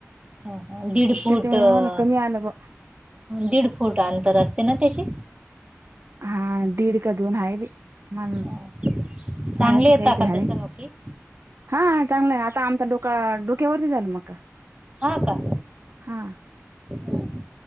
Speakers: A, on the right (about 20°); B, on the right (about 55°).
A: ह हा, दीड फुटं
B: त्याच्यामुळे आम्हाला कमी आलं ब
A: दीड फूट अंतर असते ना त्याचे.
B: हा, दीड का दोन हाये बाई, मला
A: हां. चांगले
B: हाये आता
A: येतात
B: काही तरी
A: का
B: हाये.
A: तसं मग की
B: हा, चांगला हे, आता आमचा डोका, डोक्यावरती झाला मका.
A: हां, का?
B: हा
A: हं.